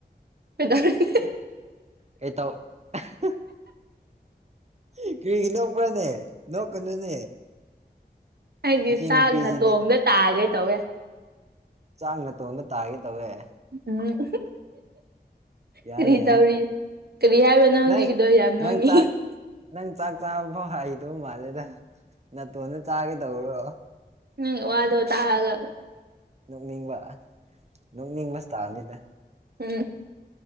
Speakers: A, on the right; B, on the right.
A: ꯀꯩꯗꯧꯔꯦ ꯍ
B: ꯀꯩ ꯇꯧ ꯑꯍ ꯍ ꯀ ꯅꯣꯛꯄ꯭ꯔꯅꯦ ꯅꯣꯛꯀꯅꯨꯅꯦ
A: ꯍꯥꯏꯗꯤ
B: ꯁꯤ
A: ꯆꯥꯛꯅ
B: ꯅꯨꯄꯤꯁꯤꯗꯤ
A: ꯇꯣꯡꯗ ꯇꯥꯒꯦ ꯇꯧꯋꯦ
B: ꯆꯥꯛ ꯅꯥ ꯇꯣꯡꯗ ꯇꯥꯒꯦ ꯇꯧꯋꯦ
A: ꯎꯝ
B: ꯌꯥꯏ
A: ꯀꯔꯤ
B: ꯌꯥꯏ
A: ꯇꯧꯔꯤ ꯀꯔꯤ ꯍꯥꯏꯕꯅꯣ ꯍꯧꯖꯤꯛꯀꯤꯗꯣ
B: ꯅꯪ
A: ꯌꯥꯝ ꯅꯣꯡꯉꯤ
B: ꯅꯪ ꯆꯥꯛ ꯅꯪ ꯆꯥꯛ ꯆꯥꯕꯐꯥꯎ ꯍꯩꯗꯧ ꯃꯥꯜꯂꯦꯗ ꯅꯥꯇꯣꯟꯗ ꯆꯥꯒꯦ ꯇꯧꯕ꯭ꯔꯣ
A: ꯅꯪ ꯋꯥꯗꯣ ꯇ ꯍꯥꯏꯒ
B: ꯅꯣꯛꯅꯤꯡꯕ ꯅꯣꯛꯅꯤꯡꯕꯁꯨ ꯇꯥꯅꯤꯗ
A: ꯝ